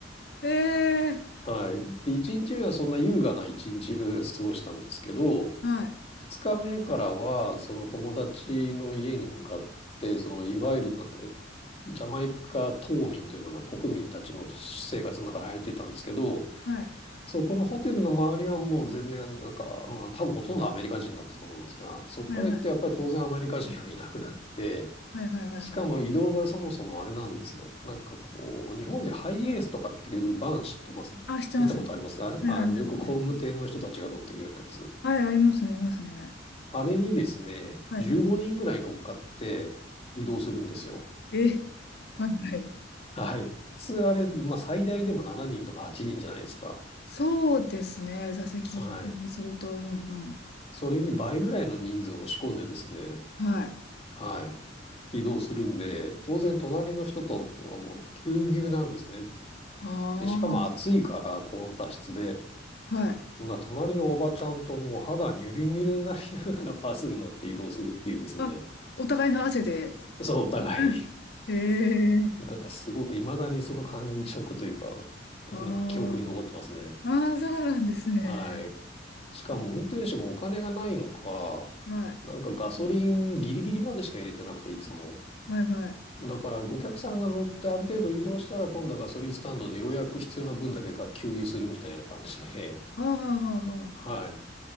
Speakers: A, on the left (about 60°); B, on the left (about 35°).
A: へえ、
B: はい。で一日目はそんな優雅な一日過ごしたんですけど、
A: はい。
B: 二日目からは、その友達の家に向かって、そのいわゆるなんだ、ジャマイカ島民というのかな、国民たちの生活の中に入っていたんですけど、
A: はい。
B: そこのホテルの周りはもう全然なんか、まあ多分ほとんどアメリカ人だったと思うんですが、そこから行くとやっぱり当然アメリカ人はいなくなって、
A: はいはい。はいはいはいはい。
B: しかも移動がそもそもあれなんですよ。なんかこう、日本でハイエースとかっていうバン知ってます見たことありますああの、
A: あ、してます。はいはいはい。
B: よく工務店の人たちが乗ってるようなやつ。
A: はい、ありますね、ありますね。
B: あれにですね、
A: はいはい。
B: 15人ぐらい乗っかって移動するんですよ。
A: え、え、はいはい。
B: はい。普通あれ、まあ最大でも7人とか8人じゃないですか。
A: そうですね、座席からすると、
B: はい。
A: うんうん。
B: それに倍ぐらいの人数を押し込んでですね、
A: はい。
B: はい。移動するんで、当然隣の人とはもうぎゅうぎゅうなんですね。
A: ああ。
B: で、しかも暑いから高温多湿で、
A: はい。
B: ほな隣のおばちゃんともう肌ニュルニュルになりながらバスに乗って移動するっていうですね。
A: あ、お互いの汗で。
B: そう、お互い。
A: うんへえ。
B: なんかすごく未だにその感触というか、なんか記憶に残ってますね。
A: あーあー、そうなんですね。
B: はい。しかも運転手もお金がないのか、
A: うんはい。
B: なんかガソリンギリギリまでしか入れてなくて、いつも。
A: はいはい。
B: だからお客さんが乗ってある程度移動したら今度はガソリンスタンドでようやく必要な分だけが給油するみたいな感じで、
A: ああ、ああ、
B: <laughs>
A: ああ。
B: はい。